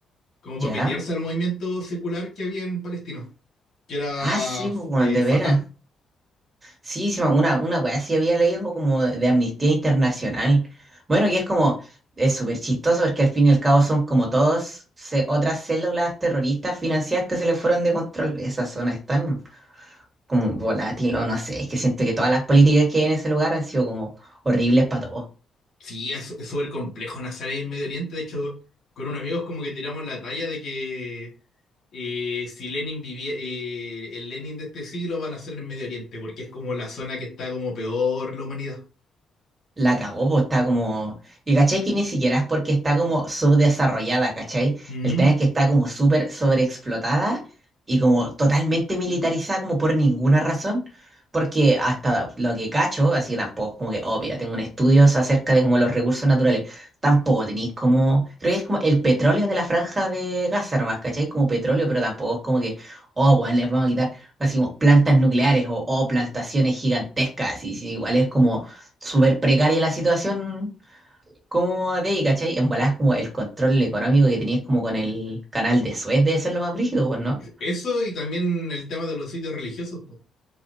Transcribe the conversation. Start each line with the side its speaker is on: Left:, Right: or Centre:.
Left: como
Right: ¿ya?
Left: para pitearse al movimiento secular que había en Palestina, que era
Right: Ah, sí, pues, weón,
Left: eh,
Right: de
Left: Fatah.
Right: veras. Sí, sí, una, una weá sí había leído como de Amnistía Internacional. Bueno, y es como, es súper chistoso porque al fin y al cabo son como todos ce- otras células terroristas financieras que se le fueron de control. Esas zonas están como volátil, no, no sé, es que siento que todas las políticas que hay en ese lugar han sido como horribles para todos.
Left: Sí, es es súper complejo nacer ahí en Medio Oriente. De hecho, con unos amigos como que tiramos la talla de que eh, si Lenin vivía, eh, el Lenin de este siglo va a nacer en Medio Oriente, porque es como la zona que está como peor la humanidad.
Right: La cagó, pues está como. Y cachai que ni siquiera es porque está como subdesarrollada, cachai.
Left: Ujú.
Right: El tema es que está como súper sobreexplotada y como totalmente militarizada, como por ninguna razón. Porque hasta lo que cacho, así que tampoco, como que, oh, mira, tengo un estudio acerca de como los recursos naturales. Tampoco tenéis como. Creo que es como el petróleo de la franja de Gaza nomás, cachai. Como petróleo, pero tampoco es como que, oh, bueno, les vamos a quitar, así como plantas nucleares o, oh, plantaciones gigantescas. Y, sí, igual es como súper precaria la situación como de ahí, ¿cachai? En volada como el control económico que tenías como con el canal de Suez debe ser lo más brígido, pues, ¿no?
Left: Eso y también el tema de los sitios religiosos,